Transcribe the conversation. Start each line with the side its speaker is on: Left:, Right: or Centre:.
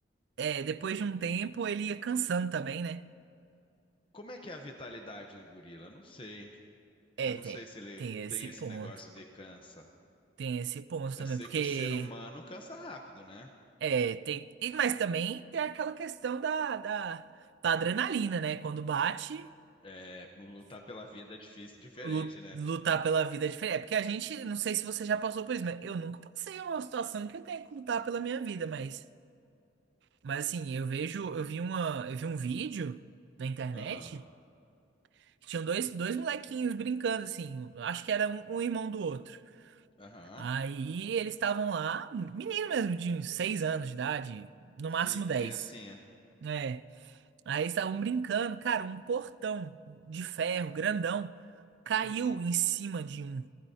Right: é, depois de um tempo ele ia cansando também, né?
Left: Como é que é a vitalidade do gorila? Eu não sei.
Right: É,
Left: Eu não
Right: tem,
Left: sei se ele
Right: tem esse
Left: tem esse
Right: ponto.
Left: negócio de cansa.
Right: Tem esse ponto
Left: Eu
Right: também,
Left: sei
Right: porque
Left: que o ser humano cansa rápido, né?
Right: é, tem. e- Mas também tem aquela questão da, da, da adrenalina, né? Quando bate.
Left: É, lutar pela vida é difícil, diferente,
Right: lu-
Left: né?
Right: lutar pela vida é diferente. É porque a gente, não sei se você já passou por isso, mas eu nunca passei uma situação que eu tenha que lutar pela minha vida, mas, mas assim, eu vejo, eu vi uma, eu vi um vídeo na internet
Left: Aham,
Right: que tinham dois, dois molequinhos brincando, assim, acho que era um, um irmão do outro.
Left: aham.
Right: Aí eles estavam lá, menino mesmo, de uns seis anos de idade, no
Left: Sim,
Right: máximo dez
Left: criancinha.
Right: É. Aí eles estavam brincando, cara, um portão de ferro grandão caiu
Left: Uhum.
Right: em cima de um.